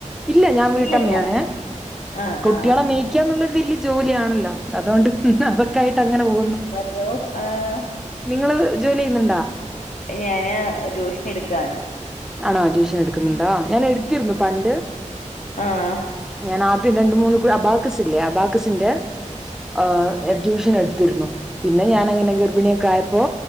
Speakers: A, in the centre; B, on the left.
A: ഇല്ല ഞാൻ വീട്ടമ്മയാണ്
B: ഇല്ലല്ല
A: ഏ
B: ആഹ്
A: കുട്ടികളെ
B: ആഹ്
A: മേയ്ക്ക്. ക്കന്നുള്ളരു വലിയ ജോലിയാണല്ലോ അതുകൊണ്ട് അതൊക്കായിട്ട് അങ്ങനെ പോകുന്നു.
B: ഹലോ ആഹ.
A: നിങ്ങള് ജോലി ചെയ്യുന്നുണ്ടാ?
B: ഞാന് ട്യൂഷൻ എടുക്കയാണ്.
A: ആണോ ട്യൂഷൻ എടുക്കുന്നുണ്ടാ ഞാൻ എടുത്തിരുന്നു പണ്ട്
B: ആഹ്
A: ഞാൻ ആദ്യം രണ്ട മൂന്ന് കുഴി അബാക്കസല്ലേ അബാക്കസിന്റെ ആ ഞാൻ ട്യൂഷനെടുത്തിരുന്നു പിന്നെ ഞാൻ അങ്ങനെ ഗർഭിണിയൊക്കെ ആയപ്പോ.